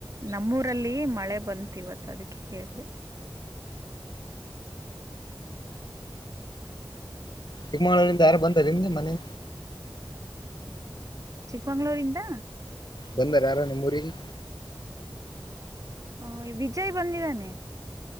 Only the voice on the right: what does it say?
ನಮ್ಮೂರಲ್ಲಿ ಮಳೆ ಬಂತತ್ ಇವತ್ತು ಅದಕ್ಕೆ ಕೇಳ್ತದೆ
ಚಿಕ್ಕಮಂಗಳೂರಿಂದ
ಹ ವಿಜಯ್ ಬಂದಿದ್ದಾನೆ